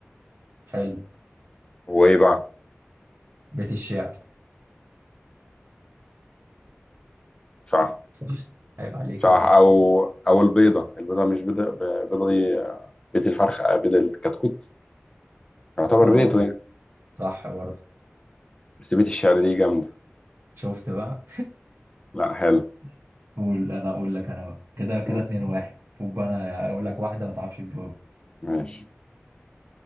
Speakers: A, on the right (about 70°); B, on the left (about 20°).
A: حلو
B: هو إيه بقى؟
A: بيت الشعر
B: صح
A: صح عيب عليك
B: صح
A: يا
B: أو
A: باشا
B: أو البيضة البيضة مش بيضة البيضة دي آه، بيت الفرخ آه، بيت الكتكوت يعتبر
A: اه
B: بيته يعني
A: صح برضه
B: بس بيت الشعر دي جامدة
A: شفت بقى
B: لا حلو
A: <laughs> قول انا اقول لك انا بقى كده كده
B: مم.
A: اتنين واحد خد بقى انا اقول لك واحده ما تعرفش تجاوب
B: ماشي